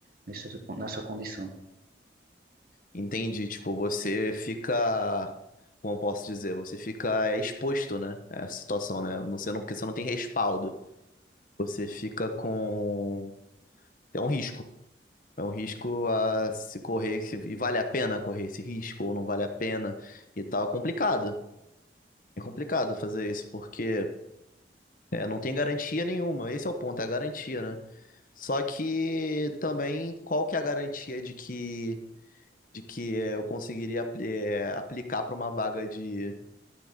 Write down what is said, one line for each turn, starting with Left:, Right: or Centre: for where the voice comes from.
Right: Nessa, nessa condição.
Left: Entendi. Tipo, você fica, como eu posso dizer, você fica é, exposto, né? A essa situação, né? Você não, porque você não tem respaldo. Você fica com. É um risco. É um risco a se correr. se- E vale a pena correr esse risco ou não vale a pena e tal. É complicado. É complicado fazer isso, porque é, não tem garantia nenhuma. Esse é o ponto, é a garantia, né? Só que também, qual que é a garantia de que. de que é, eu conseguiria apli- é, aplicar para uma vaga de,